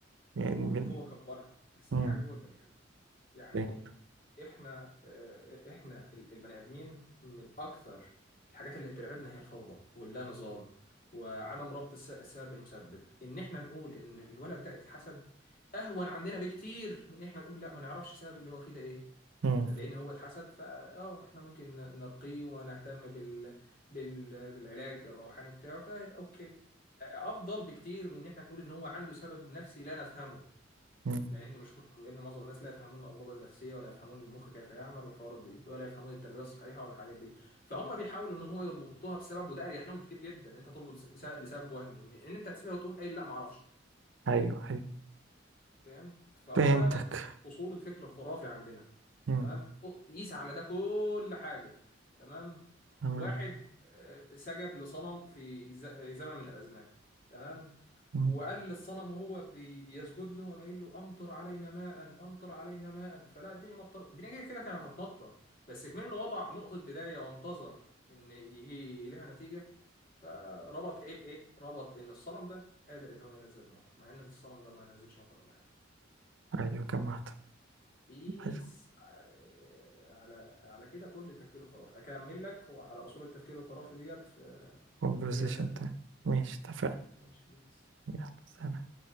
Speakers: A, on the right (about 70°); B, on the left (about 50°).
A: يعني من
B: هو هو كبرها بس
A: مم.
B: دي حاجه جوه البني ادم يعني
A: فهمت.
B: ايه احنا آه، احنا ال- البني ادمين من اكتر الحاجات اللي بترعبنا هي الفوضى واللا نظام وعدم ربط الس- السبب بالمسبب ان احنا نقول ان الولد ده اتحسد اهون عندنا بكتير من ان احنا نقول لا ما نعرفش السبب اللي هو فيه ده ايه
A: مم.
B: لان هو اتحسد فا اه احنا ممكن نرقيه ونهتم بال... بال... بالعلاج الروحاني بتاعه فيبقى اوكي افضل بكتير من ان احنا نقول ان هو عنده سبب نفسي لا نفهمه
A: مم.
B: لان مش لان معظم الناس لا يفهمون الامراض النفسيه ولا يفهمون المخ كيف يعمل والحوارات دي ولا يفهمون التربيه الصحيحه ولا الحاجات دي فهم بيحاولوا ان هو يربطوها بسبب وده اريح لهم كتير جدا ان انت تربط بس- بس- لسبب وهمي من ان انت تسيبها وتقوم قايل لا ما اعرفش
A: ايوه ايوه
B: فهمت فهو
A: فهمتك
B: ده اصول الفكر الخرافي عندنا
A: مم.
B: تمام أو- قيس على ده كل حاجه تمام
A: تمام
B: واحد آه، سجد لصنم في ز- آه، زمن من الأزمان تمام
A: مم.
B: وقال للصنم وهو بي- بيسجد له قام قايل له أمطر علينا ماء أمطر علينا ماء فلا الدنيا مطرت الدنيا كده كده كانت هتمطر بس كمان وضع نقطة بداية وانتظر إن يجي لها نتيجة فربط إيه بإيه ربط إن الصنم ده قادر إن هو ينزل المطر مع إن الصنم ده ما نزلش مطر ولا حاجة
A: ايوه جمعت
B: قيس
A: حلو
B: ع- على على كده كل التفكير الخرافي اكمل لك وعلى اصول التفكير الخرافي ديت في
A: conversation
B: في جلسات تانية
A: تاني ماشي اتفقنا
B: ماشي قيس
A: يلا سلام